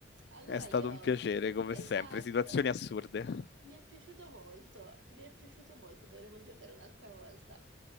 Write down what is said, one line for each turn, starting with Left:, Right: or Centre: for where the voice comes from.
Right: Allora
Left: È stato
Right: io,
Left: un piacere, come
Right: esatto,
Left: sempre, situazioni assurde.
Right: mi è piaciuto molto, mi è piaciuto molto, dovremo giocare un'altra volta.